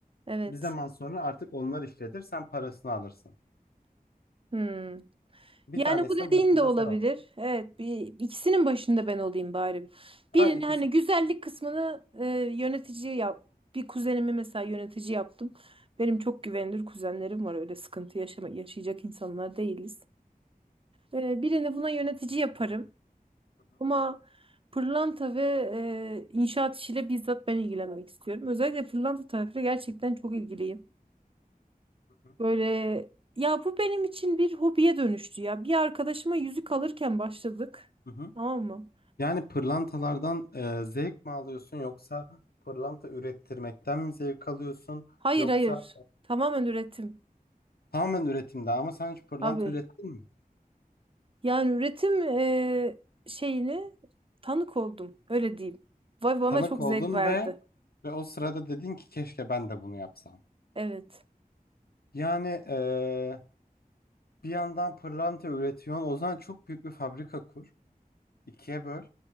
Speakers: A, on the right; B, on the left.
A: evet.
B: Bir zaman sonra artık onlar işletir. Sen parasını alırsın.
A: Hmm.
B: Bir
A: Yani
B: tanesinin
A: bu dediğin
B: başında
A: de olabilir.
B: sen alırsın.
A: Evet, bir, ikisinin başında ben olayım bari.
B: Ha,
A: Birini
B: ikisi.
A: hani güzellik kısmını e, yönetici yap. Bir kuzenimi mesela yönetici yaptım. Benim çok güvenilir kuzenlerim var. Öyle sıkıntı yaşama, yaşayacak insanlar değiliz. E, birini buna yönetici yaparım.
B: Hı hı,
A: Ama pırlanta ve e, inşaat işiyle bizzat ben ilgilenmek istiyorum. Özellikle pırlanta tarafıyla gerçekten çok ilgiliyim.
B: hı hı,
A: Böyle ya bu benim için bir hobiye dönüştü ya. Bir arkadaşıma yüzük alırken başladık.
B: hı hı.
A: Tamam mı?
B: Yani pırlantalardan e, zevk mi alıyorsun yoksa pırlanta ürettirmekten mi zevk alıyorsun
A: Hayır
B: yoksa
A: hayır. Tamamen üretim.
B: tamamen üretimde ama sen hiç pırlanta
A: Abi
B: ürettin mi?
A: yani üretim eee, şeyini tanık oldum. Öyle diyeyim. Vay bana
B: tanık
A: çok
B: oldun
A: zevk verdi.
B: ve ve o sırada dedin ki keşke ben de bunu yapsam.
A: Evet.
B: Yani eee, bir yandan pırlanta üretiyorsun. O zaman çok büyük bir fabrika kur. İkiye böl.